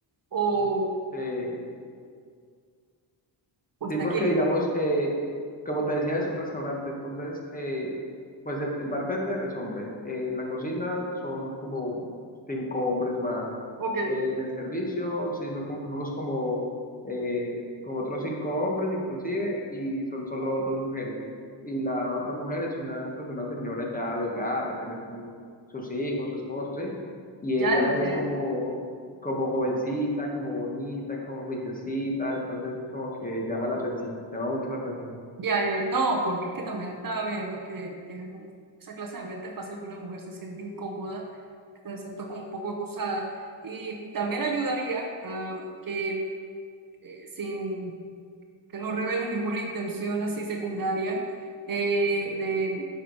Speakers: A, on the right; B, on the left.
A: o,
B: Eh,
A: o está
B: sí, porque
A: equilibrado.
B: digamos, eh, como te decía, es un restaurante, entonces, eh, pues el, el bartender es hombre, en la cocina son como cinco hombres más
A: Ok,
B: en el servicio, sí, son como, somos como, eh, como otros cinco hombres inclusive y son solo dos mujeres. Y la otra mujer es una, pues una señora ya de hogar, ya tiene su- sus hijos, su esposo, ¿sí? Y
A: ya
B: ella
A: entiendo.
B: es como, como jovencita, como bonita, como juiciosita, entonces como que llama la atención, llama mucho la atención.
A: Ya, eh, no, porque es que también estaba viendo que, que es un- esa clase de ambiente es fácil que una mujer se siente incómoda, hasta se sienta como un poco acosada. Y también ayudaría a que eh, sin que no reveles ninguna intención así secundaria, eh,
B: ¿sí?
A: de,